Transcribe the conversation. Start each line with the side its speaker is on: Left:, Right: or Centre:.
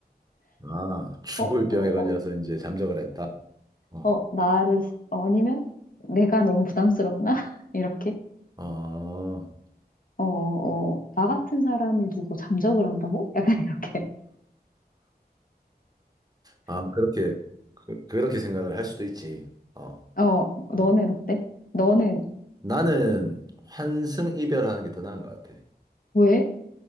Right: 아, 죽을
Left: 어,
Right: 병에
Left: 어,
Right: 걸려서
Left: 어,
Right: 이제 잠적을 했다. 어.
Left: 어, 나를, 어, 아니면 내가 너무 부담스럽나? <laughs> 이렇게.
Right: 아.
Left: 어, 어, 나 같은 사람을 두고 잠적을 한다고? 약간 이렇게.
Right: 아, 그렇게, 그, 그렇게 생각을 할 수도 있지. 어,
Left: 어, 너는
Right: 어.
Left: 어때? 너는
Right: 나는 환승 이별하는 게 더 나은 것 같아.
Left: 왜?